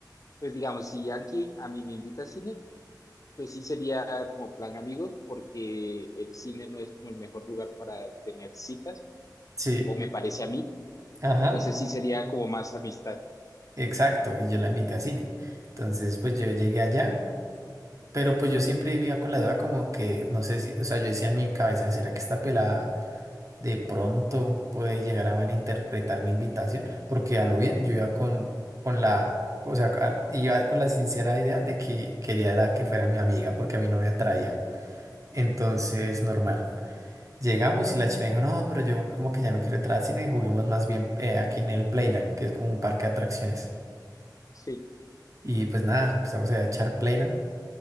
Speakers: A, on the left (about 50°); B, on the right (about 45°).
A: pues digamos, si alguien a mí me invita a cine, pues sí sería como plan amigos, porque el cine no es como el mejor lugar para tener citas,
B: Sí,
A: o me parece a mí.
B: ajá.
A: Entonces sí sería como más amistad.
B: Exacto, y yo la invité a cine. Entonces, pues yo llegué allá, pero pues yo siempre vivía con la duda como que, no sé si, o sea, yo decía en mi cabeza, ¿será que esta pelada de pronto puede llegar a malinterpretar mi invitación? Porque a lo bien, yo iba con, con la, o sea, a- iba con la sincera idea de que quería era que fuera mi amiga, porque a mí no me atraía. Entonces, normal. Llegamos y la china dijo, no, pero yo como que ya no quiero entrar al cine, juguemos más bien eh, aquí en el Playland, que es como un parque de atracciones.
A: Sí,
B: Y pues nada, empezamos a echar Playland.